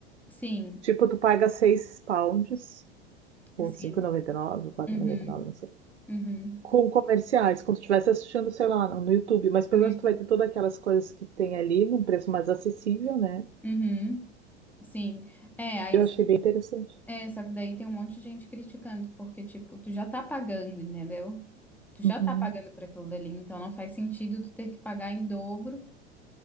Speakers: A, in the centre; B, on the right.
A: Sim,
B: Tipo, tu paga 6 pounds ou
A: sim.
B: cinco noventa noventa e nove, ou quatro
A: Uhum,
B: e noventa e nove, não sei.
A: uhum.
B: Com comerciais, como se estivesse assistindo, sei lá, no no YouTube, mas pelo
A: No
B: menos
A: YouTube.
B: tu vai ter todas aquelas coisas que tem ali num preço mais acessível, né?
A: Uhum. Sim. É, aí,
B: Eu achei bem interessante.
A: é, só que daí tem um monte de gente criticando, porque, tipo, tu já tá pagando, entendeu? Tu já
B: Uhum.
A: tá pagando por aquilo dali, então não faz sentido tu ter que pagar em dobro